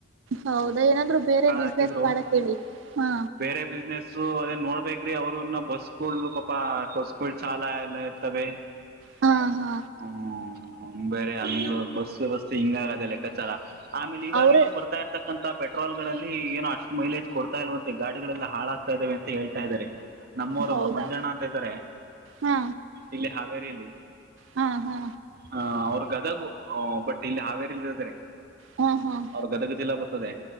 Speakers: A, on the right; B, on the right.
A: ಹೌದಾ ಏನಾದ್ರು ಬೇರೆ ಬಿಸ್ನೆಸ್
B: ಹಾಕಿದ್ರು
A: ಮಾಡಕ ಹೇಳಿ ಹಾ.
B: ಬೇರೆ ಬಿಸ್ನೆಸು ಅದೇ ನೋಡ್ಬೇಕ್ರೀ ಅವ್ರು ಇನ್ನ ಬಸ್ಗೊಳ್ದು ಪಪ ಬಸ್ಗೋಳ ಚಾಲ ಲ ಇರ್ತವೆ.
A: ಹಾ ಹಾ
B: ಹ್ಮ್ ಬೇರೆ ಹಂಗ ಬಸ್ ವ್ಯವಸ್ಥೆ ಹಿಂಗ ಆಗದೇ ಲೆಕ್ಕಾಚಾರ ಆಮೇಲೆ ಇವಾಗೇನೋ
A: ಅವ್ರೇ
B: ಬರ್ತ. ಆಗ್ತಾ ಇರ್ತಕ್ಕಂತ ಪೆಟ್ರೋಲ್ ಗಳಲ್ಲಿ ಏನೋ ಅಷ್ಟು ಮೈಲೇಜ್ ಕೊಡ್ತಾ ಇಲ್ವಂತೆ ಗಾಡಿಗಳೆಲ್ಲ ಹಾಳಾಗ್ತಾ ಇದಾವೆ ಅಂತ ಹೇಳ್ತಾ ಇದ್ದಾರೆ. ನಮ್ಮವರೊಬ್ರು
A: ಹೌದಾ
B: ಮಂಜಣ್ಣ ಅಂತ ಇದ್ದಾರೆ.
A: ಹಾ
B: ಇಲ್ಲಿ ಹಾವೇರಿಯಲ್ಲಿ.
A: ಹಾ ಹಾ
B: ಹ ಅವ್ರ ಗದಗು ಬಟ್ ಇಲ್ಲಿ ಹಾವೇರಿಲ್ಲಿ ಇರ್ದರೆ.
A: ಹ್ ಹ್ಮ್
B: ಅವ್ರ ಗದಗ ಜಿಲ್ಲಾ ಬರ್ತದೆ